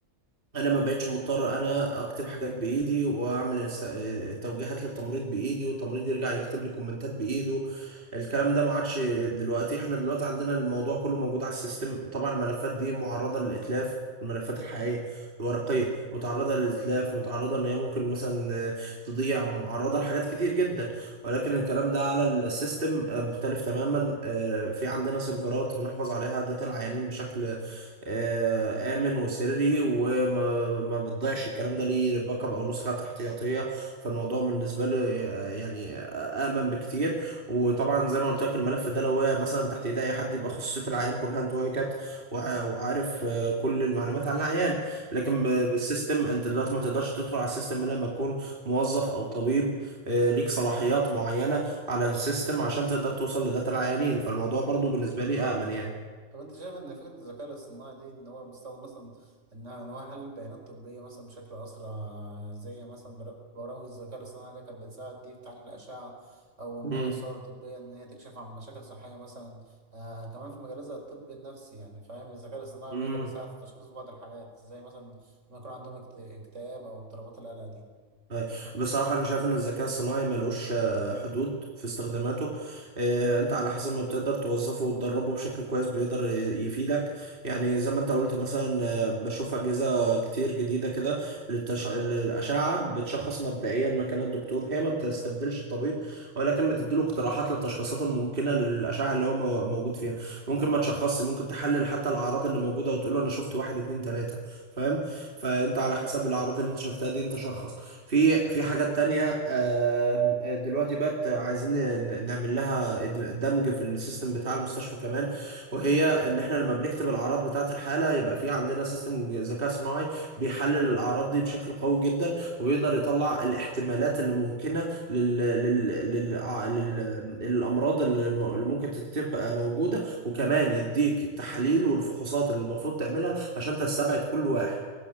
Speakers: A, on the right (about 45°); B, on the right (about 70°).
A: انا ما بقتش مضطر انا اكتب حاجات بايدي واعمل الس- التوجيهات للتمريض بايدي والتمريض يرجع يكتب لي كومنتات بايده
B: مم.
A: الكلام ده ما عادش دلوقتي احنا دلوقتي عندنا الموضوع كله موجود على السيستم طبعا الملفات دي معرضة للاتلاف الملفات الحقيقية الورقية متعرضة للإتلاف متعرضة إن هي ممكن مثلا آه، تضيع معرضة لحاجات كتير جدا ولكن الكلام
B: اه
A: ده على السيستم آه، مختلف تماما آه، في عندنا سيرفرات بنحفظ عليها داتا العيانين بشكل آه، آمن وسري وما ما بتضيعش الكلام ده ليه باك اب أو نسخة احتياطية فالموضوع بالنسبة له آه، يعني آه، آمن بكتير وطبعا زي ما قلت لك الملف ده لو وقع مثلا تحت إيد أي حد يبقى خصوصية العيان كلها انتهكت وع- وعارف آه، كل المعلومات عن العيان لكن
B: اه آه.
A: ب- بالسيستم أنت دلوقتي ما تقدرش تدخل على السيستم إلا لما تكون موظف أو طبيب آه، ليك صلاحيات معينة على السيستم عشان تقدر توصل لداتا العيانين فالموضوع
B: شكل
A: برضو بالنسبة لي آمن يعني
B: طب انت شايف ان فكرة الذكاء الاصطناعي دي ان هو بيستخدم مثلا انها ان هو يحلل بيانات طبية مثلا بشكل اسرع زي مثلا بر- برامج الذكاء الاصطناعي اللي كانت بتساعد دي في تحليل الاشعة او ان
A: مم.
B: هي صور طبية ان هي تكشف عن مشاكل صحية مثلا آه كمان في مجال زي الطب النفسي يعني فاهم الذكاء الاصطناعي
A: مم.
B: بيقدر يساعد في تشخيص بعض الحالات زي مثلا ما يكون عندهم اكت- اكتئاب او اضطرابات القلق دي
A: أي. بصراحة أنا شايف إن الذكاء الصناعي ملوش آه، حدود في استخداماته آه، أنت على حسب ما بتقدر توظفه وتدربه بشكل كويس بيقدر ي- يفيدك يعني زي ما أنت قلت مثلا آه، بشوف أجهزة كتير جديدة كده للتش... للأشعة بتشخص مبدئيا مكان الدكتور هي ما بتستبدلش الطبيب ولكن بتديله اقتراحات للتشخيصات الممكنة للأشعة اللي هو مو- موجود فيها ممكن ما تشخصش ممكن تحلل حتى الأعراض اللي موجودة وتقوله أنا شفت واحد اتنين تلاتة فاهم فأنت
B: اه
A: على حسب الأعراض اللي أنت شفتها دي أنت شخص في في حاجات تانية آم، آه، دلوقتي بقت عايزين ن- نعمل لها إد- دمج في السيستم بتاع المستشفى كمان وهي ان احنا لما بنكتب الاعراض بتاعة الحالة يبقى في عندنا سيستم ذكاء صناعي بيحلل الاعراض دي بشكل قوي جدا وبيقدر يطلع الاحتمالات اللي ممكنة لل... لل... لل...
B: اه
A: لل... للامراض اللي م- اللي ممكن تبقى موجودة وكمان يديك التحاليل والفحوصات اللي المفروض تعملها عشان تستبعد كل واحد